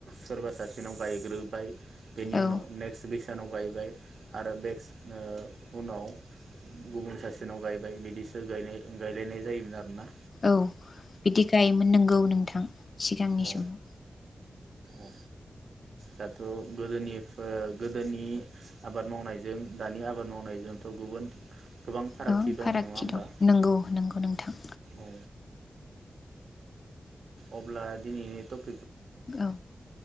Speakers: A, on the right (about 85°); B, on the left (about 45°).
A: सोरबा सासेनाव गायग्रोबाय बेनि
B: औ
A: उनाव नेक्स्ट बेस जोंहानाव गायबाय आरो नेक्स्ट ओ उनाव गुबुन सासेनाव गायबाय बिदि गायनाय गायलायनाय जायोमोन आरो ना
B: औ बिदि गायोमोन नंगौ नोंथां सिगांनि
A: औ
B: समाव।
A: औ दाथ' गोदोनि ओ गोदोनि आबाद मावनायजों दानि आबाद मावनायजोंथ' गुबुन फारागथि
B: गोबां
A: दं
B: फारागि
A: नङा होमबा
B: दं नंगौ नंगौ नोंथां।
A: औ अब्ला दिनैनि थ
B: औ